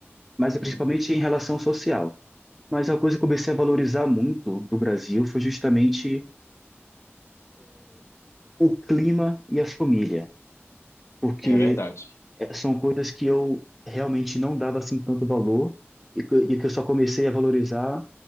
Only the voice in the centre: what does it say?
mas é principalmente
em relação social. Mas a coisa que eu comecei a valorizar muito do Brasil foi justamente o clima e a família, porque
eh, são coisas que eu realmente não dava assim tanto valor e que e que eu só comecei a valorizar